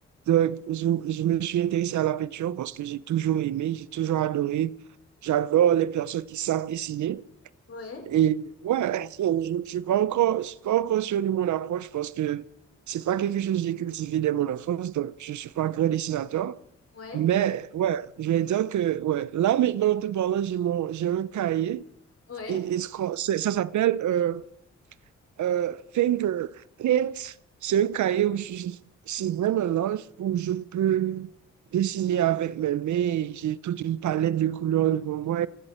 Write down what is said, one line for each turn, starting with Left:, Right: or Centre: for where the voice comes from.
Right: Donc, je, je me suis intéressé à la peinture parce que j'ai toujours aimé, j'ai toujours adoré. J'adore les personnes qui savent dessiner.
Left: ouais,
Right: Et ouais, je ne suis pas encore, je suis pas encore sûr de mon approche parce que c'est pas quelque chose que j'ai cultivé dès mon enfance, donc je suis pas un grand dessinateur.
Left: ouais,
Right: Mais ouais, je vais dire que ouais, là maintenant, en te parlant, j'ai mon, j'ai un cahier
Left: ouais.
Right: et, et ce qu'on- c'est- ça s'appelle euh, euh, Finger Paint. C'est un cahier où je, c'est vraiment large où je peux dessiner avec mes mains. J'ai toute une palette de couleurs devant moi